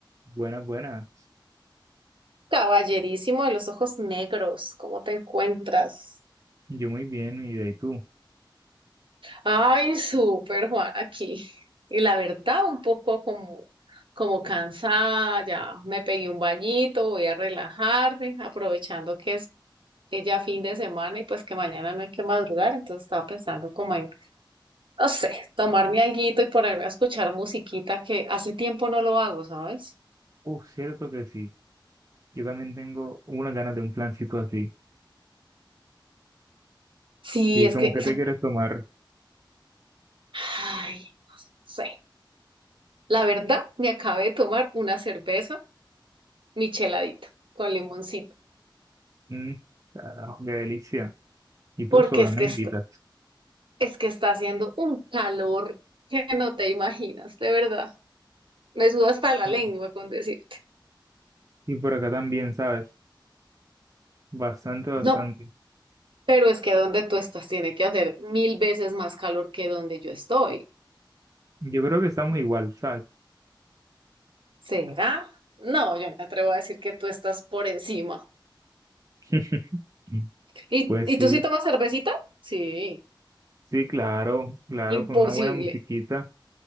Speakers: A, on the right; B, on the right.
A: Buenas, buenas.
B: Caballerísimo de los ojos negros, ¿cómo te encuentras?
A: Yo muy bien, mi vida. ¿Y tú?
B: Ay, súper, Juan, aquí. Y la verdad, un poco como, como cansada, ya me pegué un bañito, voy a relajarme, aprovechando que es que ya fin de semana y pues que mañana no hay que madrugar, entonces estaba pensando como en, no sé, tomarme alguito y ponerme a escuchar musiquita que hace tiempo no lo hago, ¿sabes?
A: Uh, cierto que sí. Yo también tengo unas ganas de un plancito así.
B: Sí,
A: Sí,
B: es
A: como
B: que,
A: que te quieres tomar.
B: ¿sabes? Sí. La verdad, me acabé de tomar una cerveza micheladita con limoncito,
A: Mm, carajo, qué delicia. Y tú
B: porque
A: solo,
B: es
A: no
B: que
A: invitas.
B: está, es que está haciendo un calor que no te imaginas, de verdad. Me suda hasta la
A: Sí.
B: lengua con decirte.
A: Y por acá también, ¿sabes? Bastante, bastante.
B: No, pero es que donde tú estás tiene que hacer mil veces más calor que donde yo estoy.
A: Yo creo que estamos igual, ¿sabes?
B: ¿Será? No, yo me atrevo a decir que tú estás por encima.
A: <laughs>
B: ¿Y,
A: Pues
B: y
A: sí,
B: tú sí tomas cervecita? Sí,
A: sí, claro, claro,
B: imposible,
A: con una buena musiquita,